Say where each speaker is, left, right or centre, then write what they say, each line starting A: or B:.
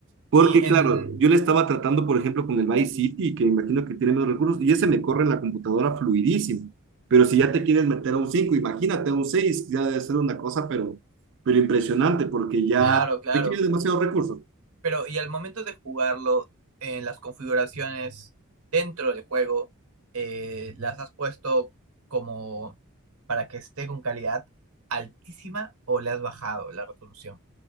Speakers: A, on the right; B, on the right.
A: Porque,
B: Y en...
A: claro, yo le estaba tratando, por ejemplo, con el Vice City, que imagino que tiene menos recursos, y ese me corre en la computadora fluidísimo. Pero si ya te quieres meter a un 5 imagínate un 6 ya debe ser una cosa, pero, pero impresionante, porque ya
B: Claro, claro.
A: requiere demasiados recursos.
B: Pero, y al momento de jugarlo, en las configuraciones dentro del juego, eh, las has puesto como para que esté con calidad altísima o le has bajado la resolución.